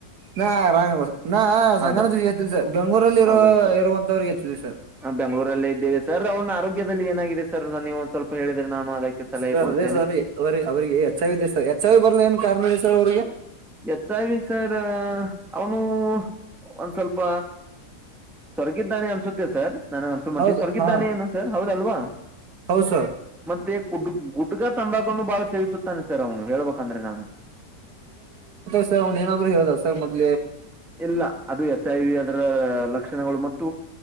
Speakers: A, on the right; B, in the centre.
A: ನಾ ರಂಗ ನಾ ಸಂಂಗಣದ
B: ಹೌದಲ್
A: ಎಚ್ಚ್ ಸರ್ ಬೆಂಗ್ೂರಲ್ಲಿ ಇರೋ
B: ಹೌದಲ್ ಸರ್
A: ಇರುವಂತವ್ರಿಗೆ ಹೆಚ್ಚಿದವಿ ಸರ್
B: ಬೆಂಗಳೂರಲ್ಲೇ ಇದ್ದೇವೆ ಸರ್ ಅವ್ನ ಆರೋಗ್ಯದಲ್ಲಿ ಏನಾಗಿದೆ ಸರ್ ನೀವು ಒಂದ ಸ್ವಲ್ಪ ಹೇಳಿದ್ರೆ ನಾನು ಅದಕ್ಕೆ ಸಲಹೆ
A: ಸರ್
B: ಕೊಡುತ್ತೇನೆ
A: ಅದೇ ಸರ್ ಅವ ಅವ್ರಿಗೆ ಎಚ್ ಐ ಇದೆ ಸರ್ ಎಚ್ ಐ ಬರ್ಲ ಏನ್ ಕಾರಣ ಇದೆ ಸರ್ ಅವ್ರಿಗೆ
B: ಹೆಚ್ ಸರ್ ಅವನು ಒಂದ್ ಸ್ವಲ್ಪ ಸ್ವರ್ಗಿದ್ದಾನೆ ಅನ್ಸುತ್ತೆ ಸರ್ ನನಗ್ ಅನ್ಸ ಮಟ್ಟಿ
A: ಹೌದು
B: ಸ್ವರ್ಗಿದ್ದಾನೆ
A: ಹಾ
B: ಏನು ಸರ್ ಹೌದಲ್ವಾ
A: ಹೌದು ಸರ್
B: ಮತ್ತೆ ಕುಡ್ ಗುಡ್ಗ ತಂಡ ಬಹಳ ಸೇವಿಸುತ್ತಾನೆ ಸರ್ ಅವ್ನು ಹೇಳ್ಬೇಕಂದ್ರೆ ನಾನು
A: ಸ ಅವ್ನ ರೆನಾದ್ರು ಹೇಳದ ಸರ್ ಮದ್
B: ಇಲ್ಲ ಅದು ಎಚ್ ಐ ವಿ ಅದರ ಲಕ್ಷಣಗಳು ಮ